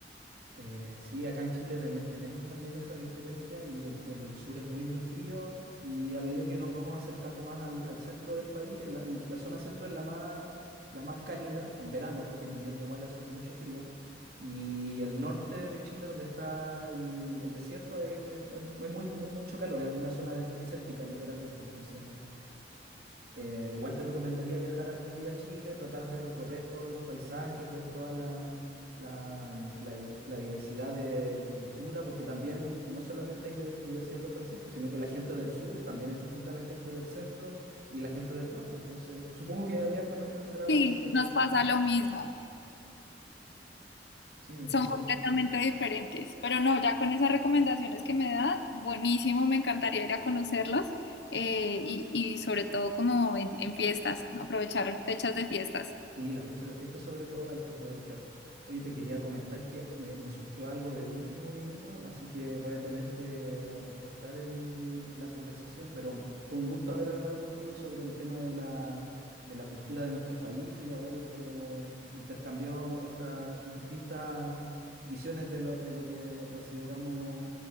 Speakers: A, on the right; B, on the left.
A: Eh, sí, acá en Chile tem- tenemos también esa diferencia y en, en el sur es muy, muy frío y a medida que nos vamos acercando más al, al centro del país, el- la, la zona centro es la más, la más cálida en verano, porque en invierno igual hace mucho frío, y el norte de Chile, donde está el, el desierto, es, es- es muy, muy- mucho calor, es una zona des- desértica literalmente, entonces... Eh, igual te recomendaría viajar algún día a Chile, tratar de recorrer todos los paisajes, ver toda la, la, la dif- la diversidad de, de cultura, porque también no solamente hay di- diversidad en los paisajes, sino que la gente del sur también es distinta a la gente del centro y la gente del norte. Entonces, supongo que allá en Colombia será
B: sí,
A: parecido.
B: nos pasa lo mismo.
A: Sí, entonces
B: Son completamente diferentes, pero no, ya con esas recomendaciones que me da, buenísimo, me encantaría ir a conocerlos eh, y, y sobre todo como en, en fiestas, aprovechar fechas de fiestas.
A: Sí, las fechas de fiesta sobre todo hay que aprovechar. Oye, te quería comentar que me, me surgió algo de último minuto, así que voy a tener que cortar el- la conversación, pero fue un gusto haber hablado contigo sobre el tema de la, de la cultura de nuestros países y haber eh, intercambiado estas distintas visiones de lo, de lo que consideramos